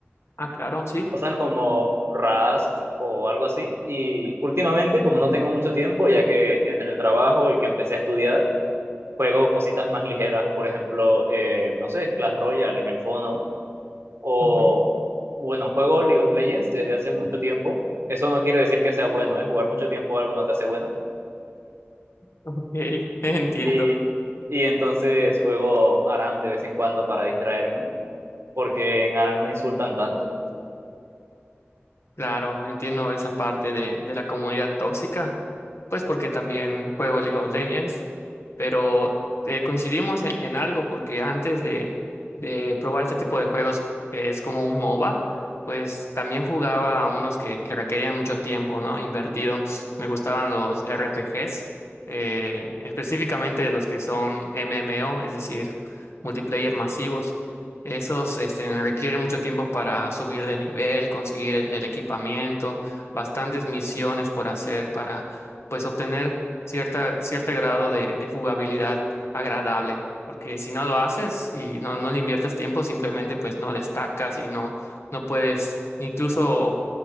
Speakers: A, on the left; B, on the right.
A: Ah, claro, sí.
B: cosas como Rust o algo así. Y últimamente, como no tengo mucho tiempo, ya que entre el trabajo y que empecé a estudiar, Juego cositas más ligeras, por ejemplo, eh, no sé, Clash Royale en el fono, o
A: Ujú,
B: bueno, juego League of Legends desde hace mucho tiempo. Eso no quiere decir que sea bueno, ¿eh? Jugar mucho tiempo algo no te hace bueno.
A: Ok, <laughs> entiendo.
B: Y, y entonces juego Aram de vez en cuando para distraerme, porque en Aram no insultan tanto.
A: Claro, entiendo esa parte de, de la comunidad tóxica, pues porque también juego League of Legends, pero eh, coincidimos en, en algo porque antes de, de probar este tipo de juegos que es como un MOBA, pues también jugaba a unos que, que requerían mucho tiempo, ¿no? Invertido. Me gustaban los RPGs, eh, específicamente los que son MMO, es decir, multiplayer masivos. Esos este, requieren mucho tiempo para subir de nivel, conseguir el equipamiento, bastantes misiones por hacer para pues obtener cierta, cierto grado de, de jugabilidad agradable. Porque si no lo haces y no, no le inviertes tiempo, simplemente pues no destacas y no, no puedes incluso